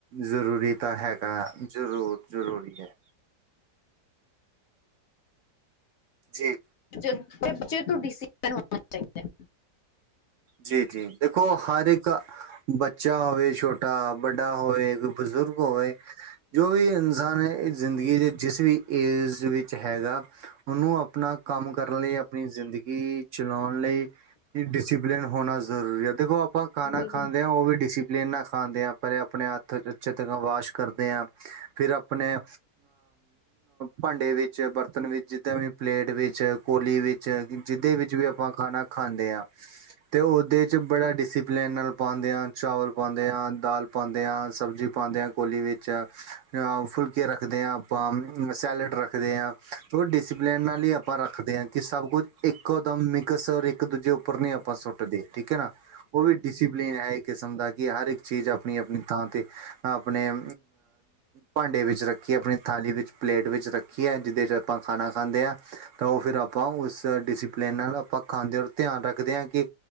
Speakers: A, on the right; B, on the left.
A: ਜ਼ਰੂਰੀ ਤਾਂ ਹੈਗਾ ਜ਼ਰੂਰ ਜ਼ਰੂਰੀ ਹੈ ਜੀ
B: ਜ਼ਿੰਦਗੀ ਚ ਡਿਸਪਲਨ ਹੋਣਾ ਚਾਹੀਦਾ
A: ਜੀ ਜੀ ਦੇਖੋ ਹਰ ਇੱਕ ਬੱਚਾ ਹੋਵੇ ਛੋਟਾ ਵੱਡਾ ਹੋਵੇ ਬੁਜ਼ੁਰਗ ਹੋਏ ਜੋ ਵੀ ਇਨਸਾਨ ਜ਼ਿੰਦਗੀ ਦੇ ਜਿਸ ਵੀ ਏਜ ਵਿੱਚ ਹੈਗਾ ਉਹਨੂੰ ਆਪਣਾ ਕੰਮ ਕਰਨ ਲਈ ਆਪਣੀ ਜ਼ਿੰਦਗੀ ਚਲਾਉਣ ਲਈ ਵੀ ਡਿਸਿਪਲਿਨ ਹੋਣਾ ਜ਼ਰੂਰੀ ਹੈ ਦੇਖੋ ਆਪਾਂ ਖਾਣਾ
B: ਬਿਲਕੁਲ
A: ਖਾਂਦੇ ਹਾਂ ਉਹ ਵੀ ਡਿਸਪ ਪਲੇਨਾ ਖਾਂਦੇ ਹਾਂ ਪਹਿਲੇ ਆਪਣੇ ਹੱਥ ਚੰਗੀ ਤਰ੍ਹਾਂ ਵਾਸ਼ ਕਰਦੇ ਹਾਂ ਫਿਰ ਆਪ ਆਪਣੇ ਭਾਂਡੇ ਵਿੱਚ ਬਰਤਨ ਵਿੱਚ ਜਿੱਦਾਂ ਵੀ ਪਲੇਟ ਵਿੱਚ ਕੋਲੀ ਵਿੱਚ ਜਿਹਦੇ ਵਿੱਚ ਵੀ ਆਪਾਂ ਖਾਣਾ ਖਾਂਦੇ ਹਾਂ ਤੇ ਉਹਦੇ ਚ ਬੜਾ ਡਿਸਿਪਲਨ ਨਾਲ ਪਾਉਂਦੇ ਹਾਂ ਚਾਵਲ ਪਾਉਂਦੇ ਹਾਂ ਦਾਲ ਪਾਉਂਦੇ ਹਾਂ ਸਬਜ਼ੀ ਪਾਉਂਦੇ ਹ ਕੋਲੀ ਵਿੱਚ ਅ ਫੁਲਕੇ ਰੱਖਦੇ ਹਾਂ ਆਪਾਂ ਸੈਲਡ ਰੱਖਦੇ ਹਾਂ ਡਿਸਪਲੇਨ ਨਾਲ ਹੀ ਆਪਾਂ ਰੱਖਦੇ ਹਾਂ ਕਿ ਸਭ ਕੁਝ ਇੱਕੋ ਦਮ ਮਿਕਸ ਔਰ ਇੱਕ ਦੂਜੇ ਉੱਪਰ ਨ ਆਪਾਂ ਸੁੱਟ ਉੱਟਦੇ ਠੀਕ ਹੈ ਨਾ ਉਹ ਵੀ ਡਿਸਪਲੀਨ ਹੈ ਇੱਕ ਕਿਸਮ ਦਾ ਕਿ ਹਰ ਇੱਕ ਚੀਜ਼ ਆਪਣੀ ਆਪਣੀ ਥਾਂ ਤੇ ਆਪਣੇ ਅ ਭਾਂਡੇ ਵਿੱਚ ਰੱਖੀਏ, ਆਪਣੀ ਥਾਲੀ ਵਿੱਚ, ਪਲੇਟ ਵਿੱਚ ਰੱਖੀਏ। ਜਿਹਦੇ ਚ' ਆਪਾਂ ਖਾਣਾ ਖਾਂਦੇ ਆ ਤਾਂ ਉਹ, ਫਿਰ ਆਪਾਂ ਉਸ ਡਿਸਿਪਲਨ ਨਾਲ, ਆਪਾਂ ਖਾਂਦੇ ਔਰ ਧਿਆਨ ਰੱਖਦੇ ਹਾਂ ਕਿ